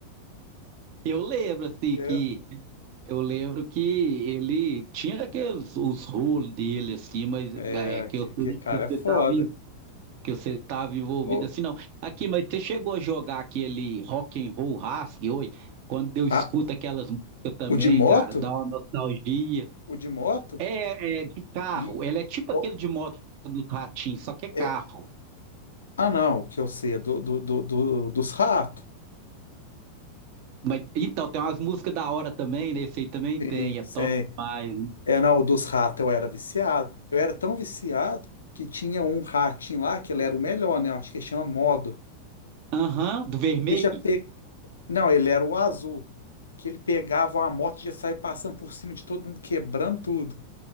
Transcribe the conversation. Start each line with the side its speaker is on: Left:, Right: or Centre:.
Right: Eu lembro, assim,
Left: É,
Right: que eu lembro que ele tinha aqueles os rolos dele, assim, mas
Left: é,
Right: é que
Left: que,
Right: eu, que
Left: que cara
Right: você
Left: é foda.
Right: tava que você estava envolvido
Left: Ô,
Right: assim, não. Aqui, mas você chegou a jogar aquele rock and roll rasgue hoje? Quando eu escuto
Left: ah,
Right: aquelas músicas também,
Left: o de moto?
Right: cara, dá uma nostalgia.
Left: O de moto?
Right: É, é de carro,
Left: E,
Right: ela é tipo
Left: ô,
Right: aquele de moto do ratinho, só que é carro.
Left: é, ah, não, o que eu sei é do, do, do, do- dos ratos.
Right: Mas, então, tem umas músicas da hora também, né? Esse aí também
Left: Sim,
Right: tem, é
Left: sim.
Right: top demais. né?
Left: É, não, dos ratos eu era viciado. Eu era tão viciado que tinha um ratinho lá que ele era o melhor, né? Eu Acho que chama Modo.
Right: Aham, do vermelho.
Left: Ele já pe... Não, ele era o azul, que ele pegava uma moto e já saía passando por cima de todo mundo, quebrando tudo.